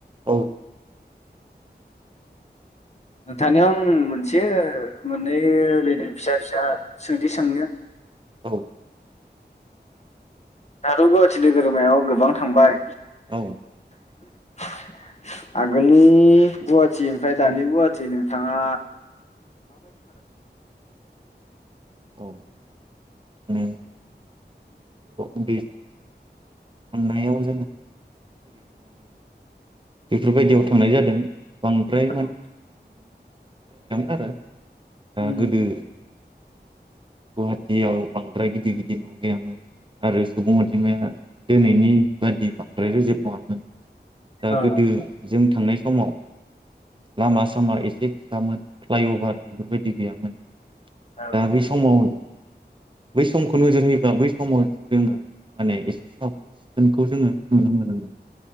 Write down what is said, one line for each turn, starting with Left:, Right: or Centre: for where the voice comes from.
Right: औ।
Left: नोंथानिाव आं मोनसे मोननै ल फिसा फिसा सोंदि सोंनो।
Right: औ
Left: दाथ' गुवाहाटि नोगोरमायाव गोबां थांबाय।
Right: औ
Left: <inaudible> आगोलनि गुवाहाटि ओमफ्राय दानि गुवाहाटि नोंथाङा।
Right: औ। ओम। न्दै समाव <inaudible> बेफोरबायदियाव
Left: औ
Right: थांनाय जादों बांद्राय।
Left: औ
Right: <inaudible>
Left: उ।
Right: गोदो गुवाहाटियाव बांद्राय गिदिर गिदिर न' गैयामोन। आरो सुबुं अजिमाया दिनैनि बादि बांद्राय रोजोब नङामोन। दा
Left: औ
Right: गोदो जों थांनाय समाव लामा सामा एसे फिसामोन फ्लाइअभार बेफोरबायदि गैयामोन।
Left: औ
Right: दा बे समाव बै समखौ नोजोर होयोब्ला बै समाव जोङो माने एसे साबाख्रि <unintelligible> होनखौ जोङो नुनो मोनोमोन।